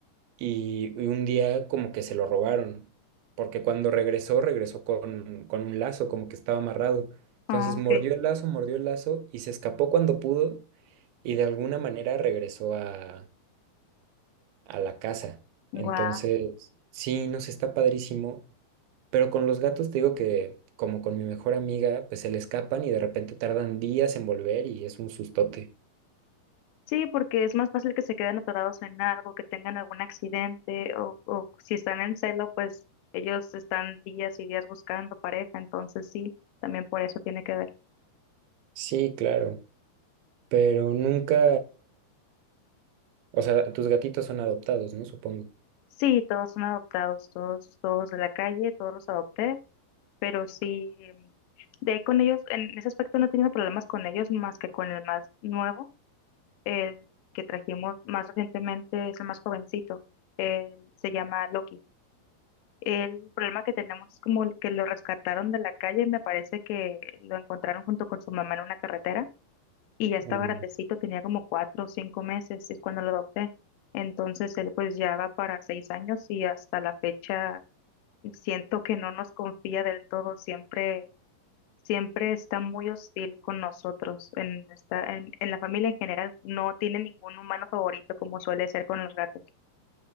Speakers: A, on the right; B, on the left.
A: y, y un día como que se lo robaron, porque cuando regresó, regresó con, con un lazo, como que estaba amarrado. Entonces
B: Ah,
A: mordió
B: ok.
A: el lazo, mordió el lazo y se escapó cuando pudo y de alguna manera regresó a, a la casa.
B: Guau.
A: Entonces, sí, nos está padrísimo, pero con los gatos te digo que... Como con mi mejor amiga, pues se le escapan y de repente tardan días en volver y es un sustote.
B: Sí, porque es más fácil que se queden atorados en algo, que tengan algún accidente o, o si están en celo, pues ellos están días y días buscando pareja, entonces sí, también por eso tiene que ver.
A: Sí, claro, pero nunca, o sea, tus gatitos son adoptados, ¿no? Supongo.
B: Sí, todos son adoptados, todos, todos de la calle, todos los adopté, pero sí, em, de ahí con ellos, en ese aspecto no he tenido problemas con ellos más que con el más nuevo, el que trajimos más recientemente es el más jovencito, él se llama Loki El problema que tenemos es como el que lo rescataron de la calle, me parece que lo encontraron junto con su mamá en una carretera y ya estaba
A: Mm.
B: grandecito, tenía como cuatro o cinco meses, es cuando lo adopté. Entonces él pues ya va para seis años y hasta la fecha siento que no nos confía del todo, siempre, siempre está muy hostil con nosotros, en, esta, en, en la familia en general, no tiene ningún humano favorito como suele ser con los gatos.